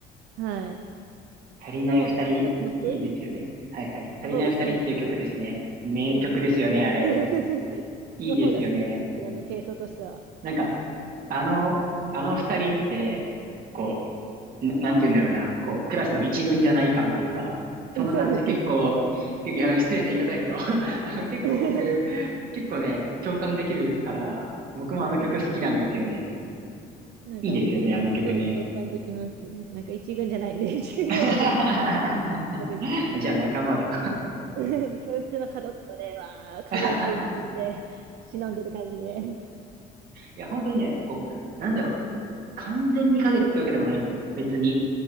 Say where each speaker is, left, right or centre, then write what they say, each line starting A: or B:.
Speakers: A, on the right (about 80°); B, on the right (about 60°).
A: はい、
B: 足りない二人、
A: の、なんか曲
B: いいですよね。はいはい。足りない二人っていう曲ですね。
A: の方が好きなんですよね。
B: 名曲ですよね、
A: ね
B: あれ。
A: <laughs>
B: いいですよね。
A: の方が好きなんですよね、系統としては。
B: なんか、あの、あの二人って、こう、な、なんて言うんだろうな、こう、クラスの一軍じゃない感というか、その感じ結構、
A: <laughs> そうですよね。
B: いや、失礼な言い方やけど、<laughs> あの、結構僕、
A: <laughs>
B: 結構ね、共感できるから、僕もあの曲好きなんですよね。
A: あ、自分もそうですね。なんか、
B: いいですよね、
A: 自分もすごい共感できますね。
B: あの曲ね。
A: なんか、一軍じゃないんで、<laughs> 一軍の方じゃない、
B: <laughs>
A: 逆に。
B: じゃあ仲間だ。
A: <laughs> 教室の角っこで、わー、影薄い感じで、
B: <laughs>
A: 忍んでる感じで。
B: いや、本当にね、こう、なんだろう、完全に影ってわけでもないんですよ、別に。